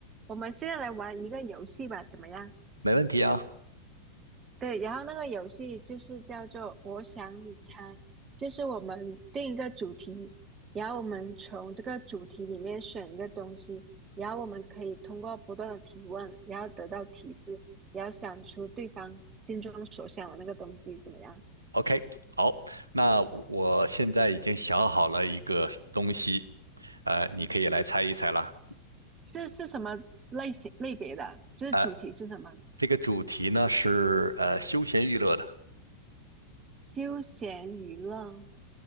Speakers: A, on the right; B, on the right.
A: 我们现在来玩一个游戏吧，怎么样？
B: 没问题啊。
A: 对，然后那个游戏就是叫做“我想你猜”，就是我们定一个主题，然后我们从这个主题里面选一个东西，然后我们可以通过不断的提问，然后得到提示，然后想出对方心中所想的那个东西，怎么样？
B: OK，好，那我现在已经想好了一个东西，呃，你可以来猜一猜了，
A: 这是什么类型类别的？这主题是什么？
B: 呃，这个主题呢是呃休闲娱乐的
A: 休闲娱乐